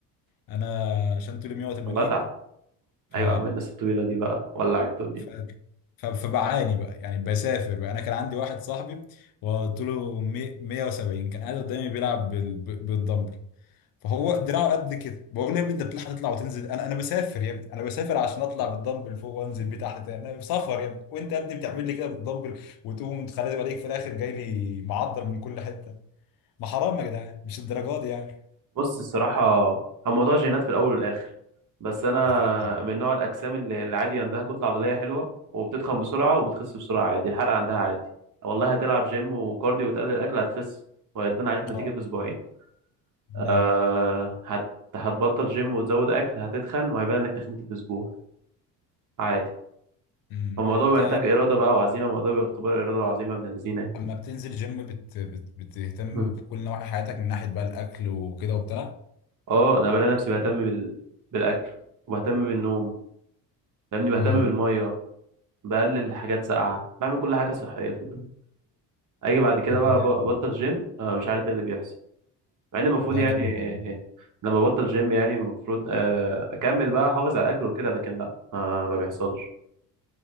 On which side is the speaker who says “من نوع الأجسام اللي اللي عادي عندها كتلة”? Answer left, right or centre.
Right